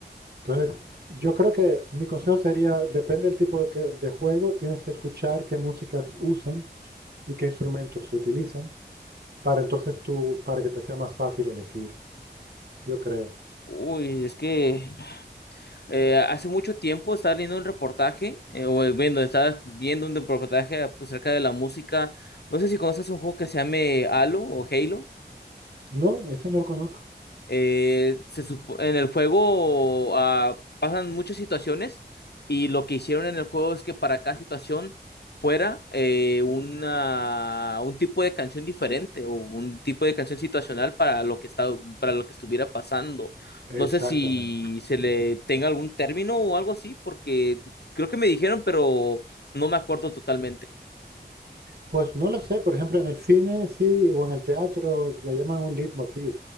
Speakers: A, on the right; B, on the left.
A: entonces, yo creo que mi consejo sería, depende del tipo de, que- de juego, tienes que escuchar qué músicas usan y qué instrumentos se utilizan para entonces tú, para que te sea más fácil elegir, yo creo.
B: Uy, es que Eh, hace mucho tiempo estaba leyendo un reportaje, eh, o viendo, estaba viendo un reportaje pues, acerca de la música. No sé si conoces un juego que se llame Halo o Halo.
A: No, ese no lo conozco.
B: Eh, se supo- en el juego ah, pasan muchas situaciones y lo que hicieron en el juego es que para cada situación fuera eh, una, un tipo de canción diferente o un tipo de canción situacional para lo que está, para lo que estuviera pasando. No
A: Exactamente.
B: sé si se le tenga algún término o algo así, porque creo que me dijeron, pero no me acuerdo totalmente.
A: Pues no lo sé, por ejemplo, en el cine sí, o en el teatro le llaman un leitmotiv,